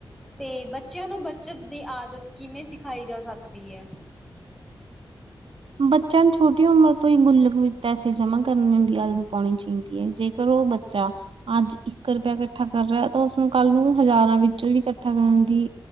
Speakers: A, in the centre; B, on the right.
A: ਤੇ, ਬੱਚਿਆਂ ਨੂੰ ਬੱਚਤ ਦੀ ਆਦਤ ਕਿਵੇਂ ਸਿਖਾਈ ਜਾ ਸਕਦੀ ਹੈ?
B: ਬੱਚਿਆਂ ਨੂੰ ਛੋਟੀ ਉਮਰ ਤੋਂ ਹੀ ਗੁੱਲਕ ਵਿੱਚ ਪੈਸੇ ਜਮਾ ਕਰਨ ਦੀ ਆਦਤ ਪਾਉਣੀ ਚਾਹੀਦੀ ਹੈ, ਜੇ ਕਰੋ ਬੱਚਾ ਅੱਜ ਇੱਕ ਰੁਪਇਆ ਇਕੱਠਾ ਕਰ ਰਿਹਾ, ਤਾਂ ਉਸਨੂੰ ਕੱਲ ਨੂੰ ਹਜ਼ਾਰਾਂ ਵਿੱਚੋਂ ਵੀ ਇਕੱਠਾ ਕਰਨ ਦੀ